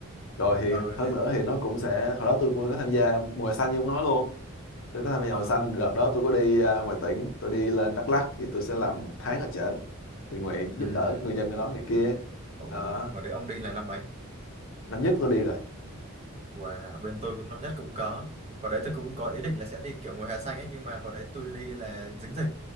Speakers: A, on the left; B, on the right.
A: rồi thì
B: ừ
A: hơn
B: nên
A: nữa thì nó cũng sẽ hồi đó tôi cũng có tham gia mùa hè xanh như ông nói luôn tôi có tham gia
B: ờ
A: màu xanh đợt đó tôi có đi à, ngoài tỉnh tôi đi lên Đắk Lắk thì tôi sẽ làm một tháng ở trển tình nguyện
B: ừ.
A: giúp đỡ người dân ở đó người kia
B: Ồ,
A: đó
B: hồi đấy ông đi là năm mấy
A: năm nhất tôi đi rồi
B: Wow, bên tôi cũng năm nhất cũng có. Hồi đấy tôi cũng có ý định là sẽ đi kiểu mùa hè xanh ấy, nhưng mà hồi đấy tôi đi là dính dịch.